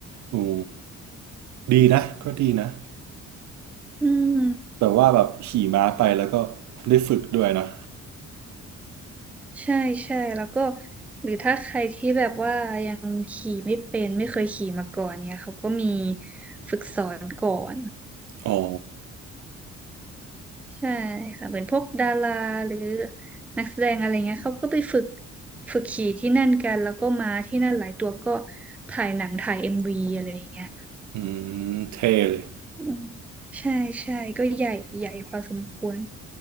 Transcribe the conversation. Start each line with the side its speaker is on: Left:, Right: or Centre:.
Right: โอ้ดีนะก็ดีนะ
Centre: ๆอืม
Right: แบบว่าแบบขี่ม้าไปแล้วก็ได้ฝึกด้วยนะ
Centre: ใช่ใช่แล้วก็หรือถ้าใครที่แบบว่ายังขี่ไม่เป็นไม่เคยขี่มาก่อนเนี่ยเขาก็มีฝึกสอนก่อน
Right: อ๋อ
Centre: ใช่ค่ะเหมือนพวกดาราหรือนักแสดงอะไรเงี้ยเขาก็ไปฝึกฝึกขี่ที่นั่นกันแล้วก็มาที่นั่นหลายตัวก็ถ่ายหนังถ่ายเอ็มวีอะไรอย่างเงี้ย
Right: อืมเท่เลย
Centre: อืมใช่ใช่ก็ใหญ่ใหญ่พอสมควร